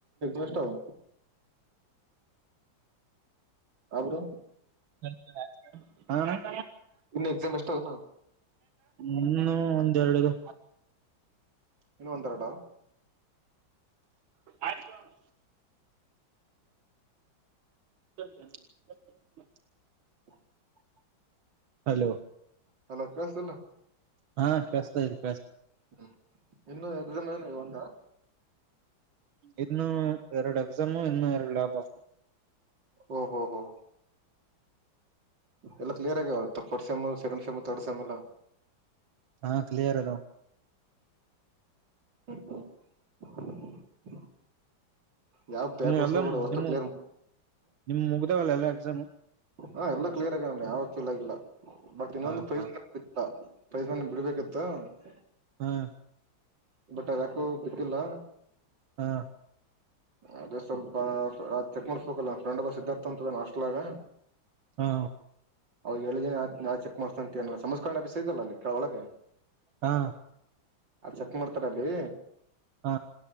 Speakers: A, on the right; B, on the right.
A: ಎಷ್ಟ ಅದು ಹಾ ಬ್ರು
B: ಹಾ
A: ಇನ್ನು ಎಕ್ಸಾಮ್ ಎಷ್ಟ ಆವ ಇನ
B: ಇನ್ನು ಒಂದೆರಡ ಅದವ.
A: ಇನ್ನು ಒಂದರಡ
B: ಆಯ್ತೋ ಅಣ್ಣ. <inaudible>
A: <inaudible>
B: ಹಲೋ
A: ಹಲೋ ಕ್ರಾಸ
B: ಹಾ ಕೇಳಸಾತ ಇದೆ.
A: ಹ್ಮ ಇನ್ನು ಎಕ್ಸಾಮ್ ಏನು ಒಂದ.
B: ಇನ್ನು ಎರಡು ಎಕ್ಸಾಮು ಇನ್ನು ಎರಡು ಲ್ಯಾಬ
A: ಓ ಹೋ ಹೋ ಎಲ್ಲ ಕ್ಲಿಯರ್ ಆಗ್ಯಾವ. First same second same third same ಇಲ್ಲಾ.
B: ಹಾ ಕ್ಲಿಯರ್ ಅದಾವ.
A: ಹ್ಮ <inaudible> ಯಾವ ಬ್ಯಾಕ್
B: ನಿಮ್
A: ಉಳ್ಸ್ಕೋಬೇಡ
B: ಎಲ್ಲ
A: ಒಟ್ಟು
B: ನಿಮ್
A: ಕ್ಲಿಯರ್ ಮ
B: ನಿಮ್ ಮುಗ್ದಾವಲ್ಲ ಎಲ್ಲಾ ಎಕ್ಸಾಮು
A: ಹೂ ಹ ಎಲ್ಲಾ. ಕ್ಲಿಯರ್ ಆಗ್ಯಾವಮ ಯಾವು ಪೇಲ್ ಆಗಿಲ್ಲ ಬಟ್ ಇನ್ನೊಂದು
B: ಹಾ
A: <unintelligible>
B: ಹಾ
A: <inaudible>
B: ಹಾ
A: ಬಟ ಯಾಕೋ ಬಿದ್ದಿಲ್ಲ.
B: ಹಾ.
A: ಅದೇ ಸ್ವಲ್ಪ ಚೆಕ್ ಮಾಡ್ಸ್ಬೇಕಲ್ಲ ಫ್ರೆಂಡ್ಬ್ಬ ಸಿದ್ಧಾರ್ಥ ಅಂತ ಅದನಾ ಹಾಸ್ಟೆಲ್ ದಾಗ.
B: ಹಾ.
A: ಅವ ಹೇಳಿದ ನಾ ಚೆಕ್ ಮಾಡ್ಸ್ತಂತ ಸಂಸ್ಕರಣ ಅಿಸ ಇದಲ್ಲ ಅಲ್ಲಿ ಒಳಗೆ.
B: ಹಾ.
A: ಚಕ್ ಮಾಡರ್ತಾರ ಅಲ್ಲಿ.
B: ಹಾ